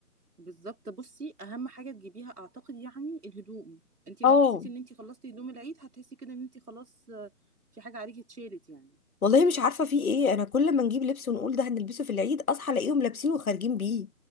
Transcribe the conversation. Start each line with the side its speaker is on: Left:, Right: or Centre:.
Right: بالظبط بصي اهم حاجه تجيبيها اعتقد يعني الهدوم انت
Left: اه
Right: لو حسيتي ان انت خلصتي هدوم العيد هتحسي كده ان انت خلاص آه، في حاجه عليكي اتشالت يعني
Left: والله مش عارفه في ايه انا كل ما نجيب لبس ونقول ده هنلبسه في العيد اصحى الاقيهم لابسينه وخارجين بيه